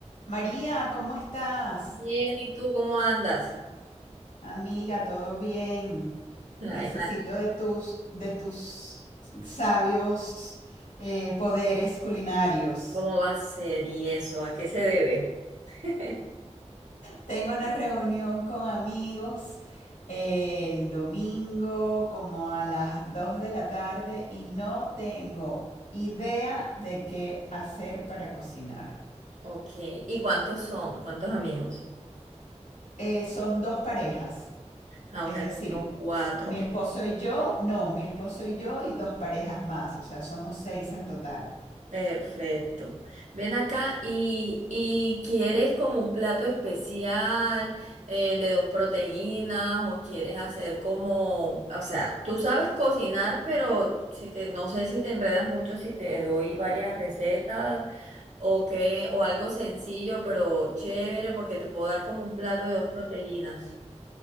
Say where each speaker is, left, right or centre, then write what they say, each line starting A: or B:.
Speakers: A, on the left (about 85°); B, on the right (about 85°).
A: María, ¿cómo estás?
B: Bien, ¿y tú cómo andas?
A: Amiga, ¿todo bien?
B: Ay,
A: Necesito
B: madre,
A: de tus, de tus sabios eh, poderes culinarios.
B: ¿cómo va a ser y eso? ¿A qué se debe? <laughs>
A: Tengo una reunión con amigos eh, el domingo como a las 2 de la tarde y no tengo idea de qué hacer para cocinar.
B: Ok, ¿y cuántos son? ¿Cuántos amigos?
A: Eh, son dos parejas
B: Ah,
A: Es
B: ok,
A: decir,
B: son cuatro.
A: mi esposo y yo, no, mi esposo y yo y dos parejas más, o sea, somos seis en total.
B: Perfecto. Ven acá y, y ¿quieres como un plato especial eh, de dos proteínas o quieres hacer como, o sea, tú sabes cocinar, pero si te, no sé si te enredas mucho si te doy varias recetas O que, o algo sencillo, pero chévere, porque te puedo dar como un plato de dos proteínas.